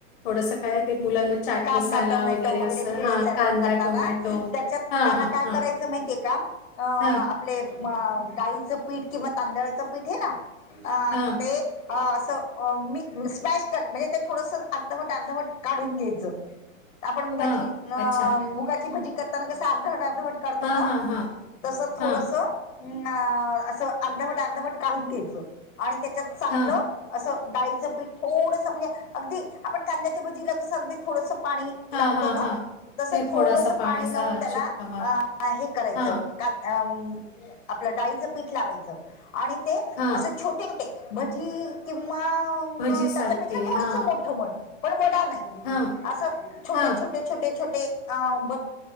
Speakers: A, on the left; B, on the left.
A: थोडस काय ते मुलांना चाट
B: कांदा
A: मसाला
B: टोमॅटो
A: वगैरे असं
B: भेळेसारखं
A: हा कांदा
B: करताना
A: टोमॅटो
B: त्याच्यात त्याला
A: हां हां
B: काय
A: हां
B: करायचं? माहिती आहे का? अं
A: हां
B: आपले अं डाळीचं पीठ किंवा तांदळाचं पीठ हे ना? अं
A: हां
B: ते असं अं मी स्मॅश कर म्हणजे ते थोडसं अर्धवट-अर्धवट.. काढून घ्यायचं, आपण मुगाची
A: हां
B: अं
A: अच्छा
B: मुगाची भजी करताना कसं अर्धवट- अर्धवट.. काढतो
A: हां,
B: ना?
A: हां, हां.
B: तसं थोडसं..
A: हां,
B: हम् ना असं अर्धवट अर्धवट काढून घ्यायचं. आणि त्याच्यात चांगलं
A: हां.
B: असं डाळीचं पीठ थोडस म्हणजे अगदी आपण कांद्या ते बघ जिर कसं अगदी थोडसं पाणी
A: हां,
B: लावतो
A: हां,
B: ना
A: हां.
B: तसं
A: ते
B: थोडस
A: थोडासा पाण्याचा
B: पाणी लावून त्याला
A: शिपका मारून.
B: आ आ हे करायचं.
A: हां,
B: कात आम आपलं डाळीचं पीठ लावायच आणि ते
A: हां.
B: असं छोटे रुपी भजी किंवा मग
A: भजीसारखे.
B: त्याच्यापेक्षा थोडस
A: हां,
B: मोठ मन. पण बडा नाही
A: हां,
B: असं छोटं-छोटं
A: हां,
B: ते छोटे-छोटे अं